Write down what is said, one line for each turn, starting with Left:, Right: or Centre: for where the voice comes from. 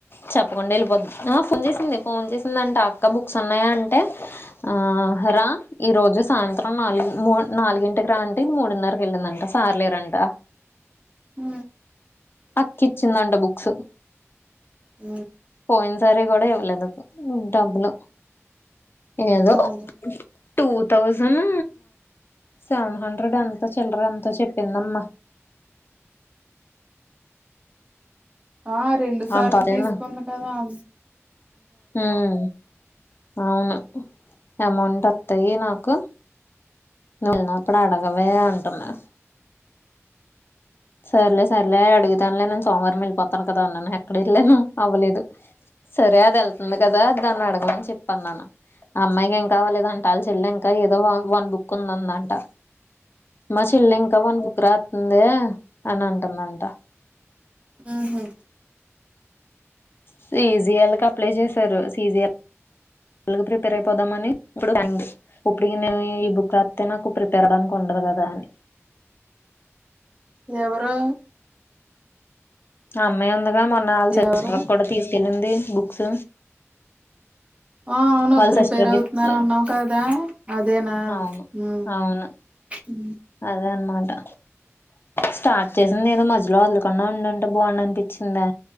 Left: చెప్పకుండా వెళ్ళిపోద్దు ఆ ఫోన్ చేసింది ఫోన్ చేసింది అంటే అక్క బుక్స్ ఉన్నాయా అంటే ఆ రా ఈ రోజు సాయంత్రం నాలుగు మూడ్ నాలుగింటికి రా అంటే మూడున్నరకి వెళ్ళిందంట సార్ లేరంట
Right: ఉ
Left: అక్కిచ్చిందంట బుక్స్
Right: అ
Left: పోయిన సారి కూడా ఇవ్వలేదు డబ్బులు ఏదో
Right: అదే
Left: టూ థౌజండ్ సెవెన్ హండ్రెడ్ ఎంత చిల్లర ఎంతో చెప్పిందమ్మా
Right: ఆ రెండు సార్లు
Left: అంత అదేనా
Right: తీసుకున్న కదా అ
Left: ఉమ్ అవును అమౌంట్ వత్తాయి నాకు వెళ్ళిన్నప్పుడు అడగవే అంటున్నా సరేలే సరలే అడుగుతానులే నేను సోమవారం వెళ్ళిపోతాను కదా అన్నాను ఎక్కడ ఎళ్ళాను అవ్వలేదు సరే అది ఎళ్తుంది గదా దాన్ని అడగమని చెప్పన్నాను ఆ అమ్మాయికి ఏం కావాలిదంట వాళ్ళ చెల్ల ఇంకా ఏదో వన్ బుక్ ఉందందంట మా చెల్లింకా వన్ బుక్ రాస్తుంది అని అంటుందంట
Right: ఉహు
Left: సీజిఎల్ క్ అప్లై చేశారు సీజిల్ ఎలాగు ప్రిపేర్ అయిపోదామని ఇప్పుడు థాంక్స్ ఇప్పటికి నేను ఈ బుక్ రాత్తే నాకు ప్రిపేర్వడానికి ఉండదు గదా అని
Right: ఎవరు
Left: ఆ అమ్మాయి ఉందిగా మొన్న ఆల్ సిస్టర్
Right: ఎవరు
Left: కు గూ డా తీసుకెళ్ళింది బుక్స్
Right: ఆ అవును
Left: వాళ్ళ
Right: ప్రిపేర్
Left: సిస్టర్
Right: అవుతున్నారన్నావు
Left: కి ఇచ్చి
Right: కదా అదేనా
Left: అవును
Right: ఉ
Left: అవును
Right: ఉ
Left: అదే అన్మాటా స్టార్ట్ చేసిందేదో మధ్యలో వదలకుండా ఉండింటే బాగుండు అనిపిచ్చిందా